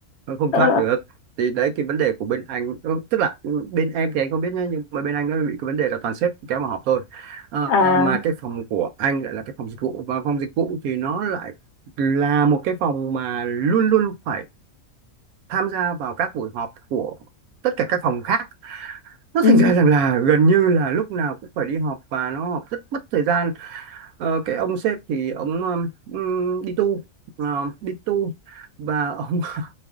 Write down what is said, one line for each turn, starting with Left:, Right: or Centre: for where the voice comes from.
Right: nó không
Left: Ờ,
Right: thoát được thì đấy cái vấn đề của bên anh ừ, tức là bên em thì anh không biết nhé nhưng mà bên anh nó bị cái vấn đề là toàn sếp kéo vào họp thôi Ờ,
Left: à
Right: mà cái phòng của anh lại là cái phòng dịch vụ và phòng dịch vụ thì nó lại là một cái phòng mà luôn luôn phải tham gia vào các buổi họp của tất cả các phòng khác nó
Left: ừ
Right: thành ra rằng là gần như là lúc nào cũng phải đi họp và nó họp rất mất thời gian Ờ, cái ông sếp thì ông um, ừm, đi tu ờ, đi tu và ông <laughs>